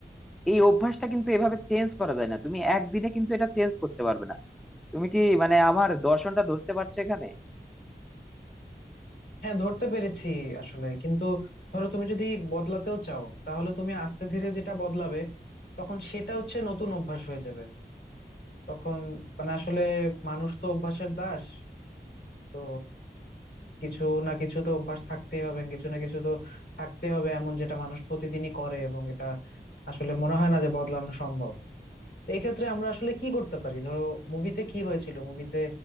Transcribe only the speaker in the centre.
এই অভ্যাসটা কিন্তু এভাবে চেঞ্জ করা যায় না তুমি একদিনে কিন্তু এটা চেঞ্জ করতে পারবে না তুমি কি মানে আমার দর্শনটা ধরতে পারছো এখানে